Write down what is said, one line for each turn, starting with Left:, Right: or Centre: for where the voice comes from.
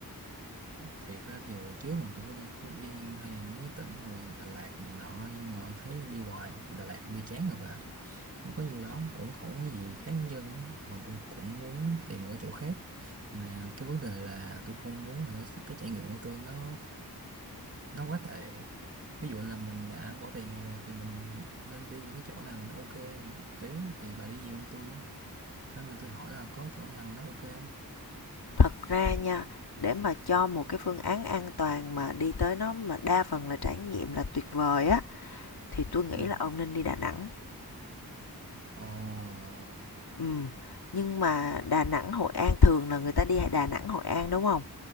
Right: Thiệt ra thì hồi trước mà tôi có đi Phú Yên hay mấy cái tỉnh mà Đà Lạt này nọ nhưng mà thấy đi hoài Đà Lạt đi chán rồi bà. Không có nhiều đó cũng không có gì khác dân mà tôi cũng muốn tìm một cái chỗ khác. Mà cái vấn đề là tôi không muốn là cái trải nghiệm của tôi nó nó quá tệ ví dụ là mình đã bỏ tiền rồi, rồi thì mình nên đi những cái chỗ nào nó ok một tí thì bà đi nhiều hơn tôi nên là tôi hỏi là có chỗ nào nó ok không
Left: Thật ra nha, để mà cho một cái phương án an toàn mà đi tới nó mà đa phần là trải nghiệm là tuyệt vời á thì tôi nghĩ
Right: ừ
Left: là ông nên đi Đà Nẵng.
Right: ồ
Left: Ừ, nhưng mà Đà Nẵng Hội An thường là người ta đi Đà Nẵng Hội An đúng không?